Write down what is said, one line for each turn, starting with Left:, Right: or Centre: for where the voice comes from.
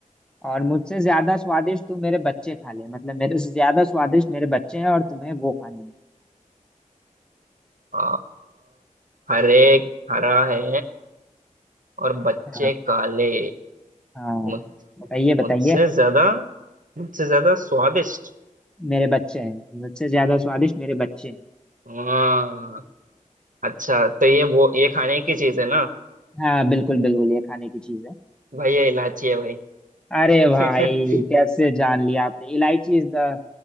Centre: और मुझसे ज्यादा स्वादिष्ट तू मेरे बच्चे खा ले मतलब मेरे से ज्यादा स्वादिष्ट मेरे बच्चे हैं और तुम्हें वो खानी
Right: अ, हरे हरा है और बच्चे
Centre: है हाँ
Right: काले
Centre: हाँ
Right: मुझ
Centre: बताइए बताइए
Right: मुझसे ज्यादा मुझसे ज्यादा स्वादिष्ट
Centre: मेरे बच्चे हैं मुझसे ज्यादा स्वादिष्ट मेरे बच्चे हैं
Right: हाँ अच्छा तो ये वो ये खाने की चीज है ना
Centre: हाँ बिल्कुल बिल्कुल ये खाने की चीज है
Right: भाई ये इलायची है भाई
Centre: अरे भाई
Right: <laughs>
Centre: कैसे जान लिया आपने इलायची इज द